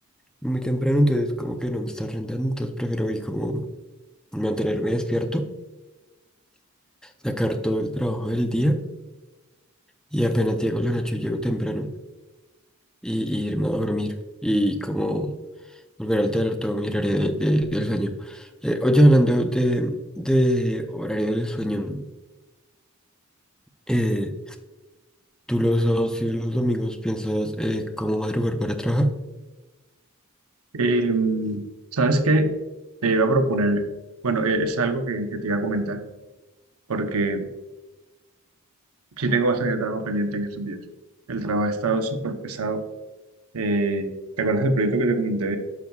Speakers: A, in the centre; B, on the right.
A: muy temprano, entonces como que no me está rentando, entonces prefiero ir como mantenerme despierto sacar todo el trabajo del día y apenas llego la noche, llego temprano y, y irme a dormir y como volver a alterar todo mi horario de- de- del sueño. Eh, oye, hablando de, de horario del sueño, eh, ¿tú los sábados y los domingos piensas eh, cómo madrugar para trabajar?
B: Eh, ¿sabes qué? Te iba a proponer, bueno, eh, es algo que, que te iba a comentar, porque sí tengo bastante trabajo pendiente en estos días. El trabajo ha estado súper pesado. Eh, ¿te acuerdas del proyecto que te comenté